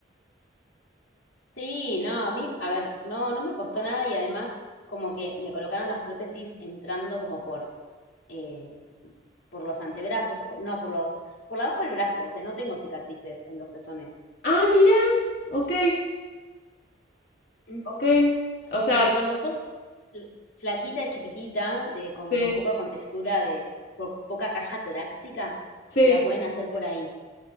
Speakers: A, on the left (about 85°); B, on the left (about 60°).
A: Sí, no, a mí, a ver, no, no me costó nada y además como que me colocaron las prótesis entrando como por, eh, por los antebrazos, o- no, por los, por abajo del brazo, o sea, no tengo cicatrices en los pezones.
B: Ah, mira, ok,
A: Ujú.
B: ok. O sea,
A: Porque cuando sos fl- flaquita, chiquitita, de, con,
B: sí,
A: con poca contextura, de, de po- poca caja torácica,
B: sí.
A: te la pueden hacer por ahí.